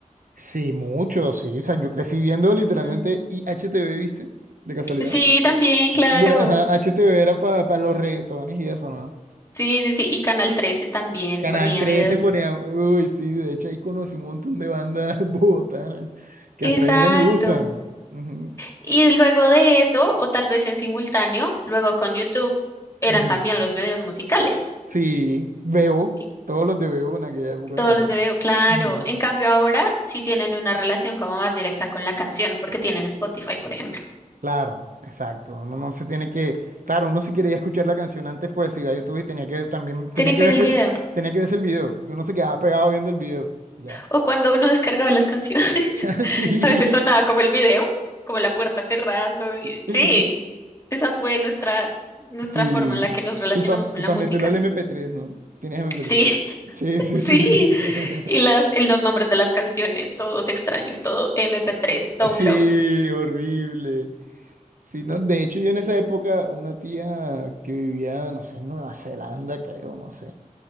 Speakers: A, on the right; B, on the left.
A: Sí, mucho, sí. O sea, yo crecí viendo literalmente
B: Ujú.
A: y HTV, ¿viste? De casualidad.
B: Sí, también, claro.
A: Bueno, ajá, HTV era para los reggaetones y eso, ¿no?
B: Sí, sí, sí. Y Canal 13 también
A: Canal
B: ponía
A: 13
B: video.
A: ponía. Uy, sí, de hecho ahí conocí un montón de bandas <laughs> bogotanas que
B: Exacto.
A: hasta hoy en día me gustan. Ujú,
B: Y luego de eso, o tal vez en simultáneo, luego con YouTube, eran
A: ujú.
B: también los videos musicales.
A: Sí, Bebo,
B: Y
A: todos los de Bebo en aquella época,
B: Todos
A: me acuerdo.
B: los de video, claro.
A: Ujú.
B: En cambio ahora sí tienen una relación como más directa con la canción, porque tienen Spotify, por ejemplo.
A: Claro, exacto. Uno no se tiene que, claro, uno si quería escuchar la canción antes, pues iba a YouTube y tenía que también, tenía
B: Tiene
A: que
B: que
A: verse
B: ver el video.
A: el, tenía que verse el video. Y uno se quedaba pegado viendo el video. Ya.
B: O cuando uno descargaba las canciones, <laughs>
A: <laughs> Sí,
B: a
A: sí,
B: veces sonaba como el video, como la puerta cerrando. y-
A: sí.
B: Sí, esa fue nuestra, nuestra
A: Sí,
B: forma en la que nos relacionamos
A: sí, pa-
B: con
A: y
B: la
A: para
B: música.
A: meterlo al mp tres, ¿no? Tienes mp
B: Sí,
A: tres. Sí,
B: <laughs>
A: sí,
B: sí.
A: sí, sí. <laughs>
B: Y las, y los nombres de las canciones, todos extraños, todo MP3, download.
A: Sí, horrible. Sí, no, de hecho yo en esa época una tía que vivía, no sé, en Nueva Zelanda, creo, no sé.